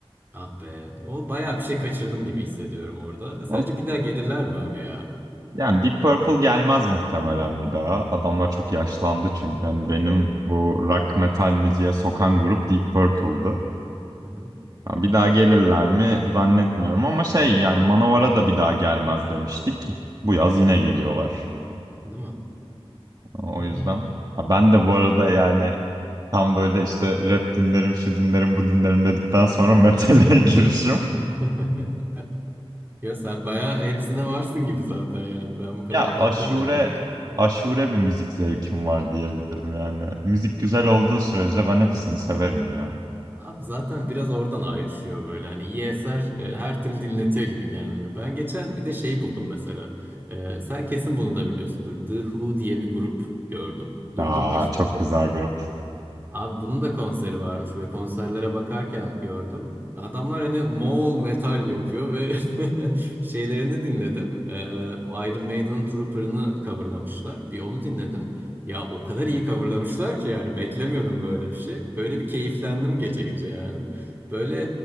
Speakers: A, on the right (about 20°); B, on the right (about 40°).
A: Ah be. O bayağı bir şey kaçırdım gibi hissediyorum orada. E, Sence
B: Olsun
A: bir daha
B: ya.
A: gelirler mi abi ya?
B: Yani Deep Purple gelmez muhtemelen bir daha. Adamlar çok yaşlandı çünkü. Hani benim bu rock metal müziğe sokan grup Deep Purple'dı.
A: Hı hı.
B: Yani bir daha gelirler mi zannetmiyorum ama şey yani Manowar'a da bir daha gelmez demiştik. Bu yaz yine
A: Hı
B: geliyorlar.
A: hı. Değil mi?
B: O
A: Hmm.
B: yüzden. Ha, ben de bu arada yani tam böyle işte rap dinlerim, şu dinlerim, bu dinlerim dedikten sonra metale <laughs> girişim.
A: <laughs> Ya sen bayağı hepsinde varsın gibi zaten yani. Ben bu kadar
B: Ya
A: beklemiyordum
B: aşure
A: böyle.
B: aşure bir müzik zevkim var diyebilirim yani. Müzik güzel olduğu sürece ben hepsini severim ya.
A: Abi zaten biraz oradan ayrışıyor böyle. Hani iyi eser e, her türlü dinletiyor gibi kendini. Ben geçen bir de şey buldum mesela. E, sen kesin bunu da biliyorsundur. The Who diye bir grup gördüm. Duydun
B: Aa
A: mu hiç
B: çok
A: bunu?
B: güzel grup.
A: Abi bunun da konseri varmış ve konserlere bakarken gördüm. Adamlar hani Moğol metal yapıyor ve <laughs> şeylerini dinledim. Ee, Iron Maiden'ın Trooper'ını coverlamışlar. Bir onu dinledim. Ya o kadar iyi coverlamışlar ki yani beklemiyordum böyle bir şey. Böyle bir keyiflendim gece gece yani. Böyle